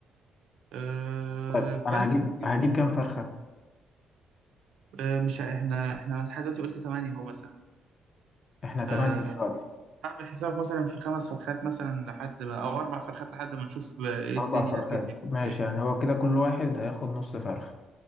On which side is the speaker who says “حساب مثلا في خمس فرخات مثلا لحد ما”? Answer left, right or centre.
Right